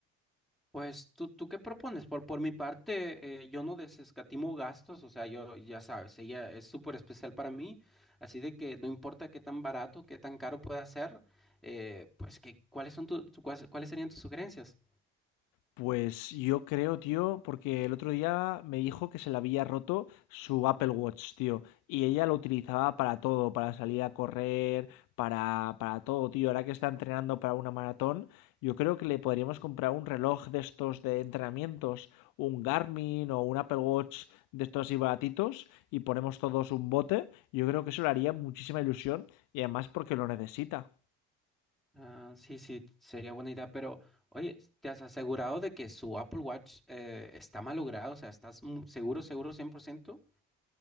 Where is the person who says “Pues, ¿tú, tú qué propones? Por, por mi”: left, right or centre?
Centre